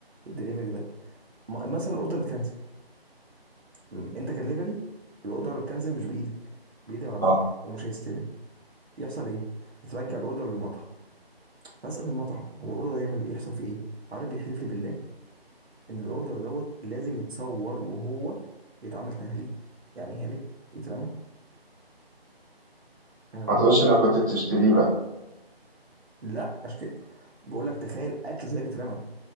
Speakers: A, on the right; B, on the right.
A: الدليفري ده م- مثلا الاوردر اتكنسل م، انت كدليفري الاوردر اتكنسل مش بايدك بايد العميل
B: اه
A: ومش هيستلم يحصل ايه بترجع الاوردر للمطعم بسأل المطعم هو الاوردر ده يعمل يحصل فيه ايه عارف بيحلف لي بالله ان الاوردر دوت لازم يتصور وهو بيتعمل تهليك يعني هالك يترمى انا كنت
B: ما تقولش
A: بتضايق
B: انك
A: جدا
B: كنت بتشتريه بقى
A: لا اشتري بقول لك تخيل اكل زي بيترمى